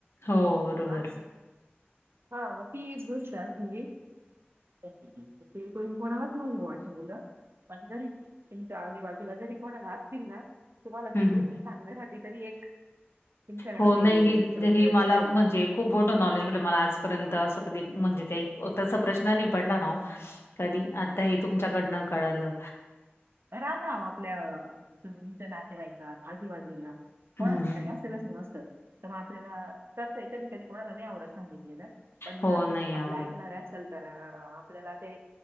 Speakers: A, on the left; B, on the right.
A: हो, बरोबर.
B: मानसिक,, हा मग ती एक गोष्ट असवी. ते करून कोणालाच नाही वाटश मुलं. पण तरी,, तुमच्या आजूबाजूला जरी कोणाला आसतीन ना तुम्हाला
A: हं,
B: ते गोष्टी
A: हं.
B: सांगण्यासाठी तरी एक तुमच्याकडे
A: हो
B: ते
A: नाही ह
B: थोडस
A: ह
B: हे
A: मला
B: राहील
A: म्हणजे खूप मोठू नॉलेज भेटलं, मला आजपर्यंत असं कधी म्हणजे काही, तसा प्रश्न नाही पडला नाही ना ओ कधी,, आता हे तुमच्याकडनं कळालं.
B: राहतं आओ आपल्या तुमच्या नातेवाईकात, आजूबाजूला, कोणाच
A: हं.
B: तरी असं सेलच ना असं,, मग आपल्याला कधी कधी कसंय कोणाला नाही आवडत सांगितलेलं. पण
A: हो,
B: जर
A: नाही
B: तेचं
A: आवडत.
B: आपल्या ऐकणाऱ्या चल तर आपल्याला ते,